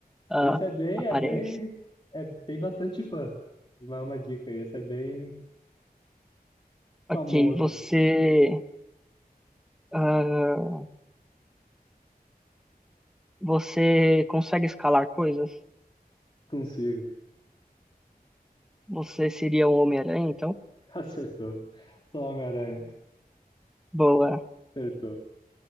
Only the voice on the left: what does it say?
Esse é bem,
é bem. É, tem bastante fã. Uma, uma dica aí. Esse é bem
famoso.
Consigo.
<laughs> Acertou. Sou Homem-Aranha.
Acertou.